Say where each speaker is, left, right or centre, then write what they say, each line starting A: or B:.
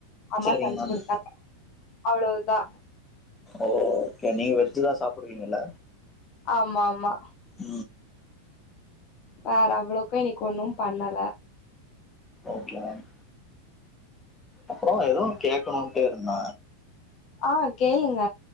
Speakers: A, on the left; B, on the left.
A: அம்மா
B: சரிங்க
A: சமச்சு
B: மேம்
A: கொடுத்தாங்க அவ்ளவுதா
B: ஓஓகே நீங்க வெச்சுதா சாப்டுவீங்கல்ல
A: ஆமா ஆமா
B: ஆ
A: வேற அவ்ளக்கு இன்னைக்கி ஒண்ணும் பண்ணல
B: ஓகேமேம் அப்றோ எதோ கேக்கணுன்ட்டே இருந்த
A: ஆ கேளுங்க